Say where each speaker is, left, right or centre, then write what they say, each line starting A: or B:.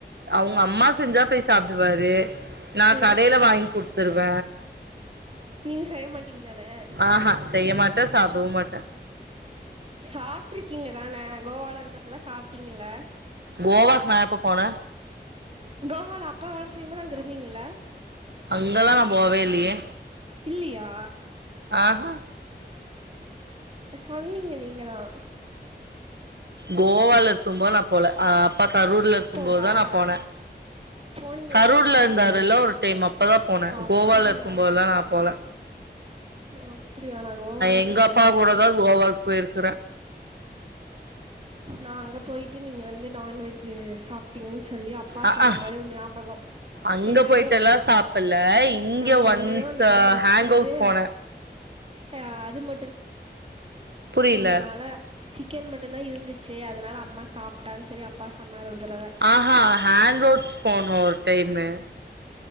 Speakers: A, on the right; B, on the right.
A: அவுங்க அம்மா செஞ்சா போய் சாப்டுவாரு நா
B: ம்
A: கடையில வாங்கி குடுத்துருவ
B: நீங்க செய்ய மாட்டீங்க தான
A: ஆஹா செய்ய மாட்ட சாப்டவு மாட்ட
B: சாப்ட்டுருக்கீங்க தான கோவால இருந்தப்பல்லா சாப்ட்டீங்கல்ல
A: கோவாக்கு நா எப்பொ போனே
B: கோவால அப்பா வேல செய்யும் போது அங்க இருந்தீங்கல்ல
A: அங்கல்லா நா போவே இல்லியே
B: இல்லியா
A: ஆஹா
B: கிட்ட சொன்னீங்க நீங்க தா
A: கோவால இருக்கும்போது நா போல ஆ ப்பா கரூர்ல
B: அப்போ
A: இருக்கும் போது
B: வேல
A: தா நா போன
B: போனீங்க
A: கரூர்ல
B: தான கோவாக்கு
A: இருந்தாருல ஒரு டைம் அப்பதா போனே
B: அப்டியா
A: கோவால இருக்கும் போதல்லா நா போல
B: ஓ அப்டியா நா கோவால இருக்கும்
A: எங்க
B: போது
A: அப்பா
B: நெனச்ச
A: கூடதா கோவாக்கு போயிருக்குறே
B: நா அங்க போயிட்டு நீங்க வந்து நான்வெ ஜ்ஜு சாப்டிங்கன் சொல்லி அப்பா
A: அ
B: சொன்ன
A: ஆ
B: மாரி ஒரு ஞாபகோ
A: அங்க
B: எங்கயோ
A: போயிட்டெல்லா சாப்பல்ல இங்க
B: எனக்கு எங்கயோ
A: ஒன்ஸ்
B: ஞாபகோ
A: ஹேங்
B: என்னது
A: அவுட் போனே
B: அ அது மட்டு
A: புரில
B: இருந்ததுனால சிக்கன் மட்டுந்தா இருந்துச்சு அதனால அம்மா சாப்ட்டான் சொல்லி அப்பா சொன்னாரு ஒரு தறவ
A: ஆஹா ஹேங்கவுட்ஸ் போனோ ஒரு டைம்மு